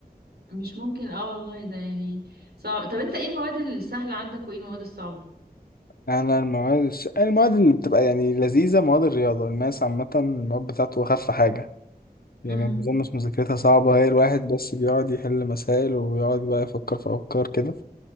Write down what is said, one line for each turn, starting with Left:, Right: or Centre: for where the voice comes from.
Right: مش ممكن اه والله ده يعني صعب طب انت ايه المواد السهلة عندك وايه المواد الصعبة
Left: انا المواد الس- المواد اللي بتبقى يعني لذيذه مواد الرياضه الماس عامه المواد بتاعته اخف حاجه يعني
Right: امم
Left: ما اظنش مذاكرتها صعبة هي الواحد بس بيقعد يحل مسائل ويقعد بقى يفكر في أفكار كده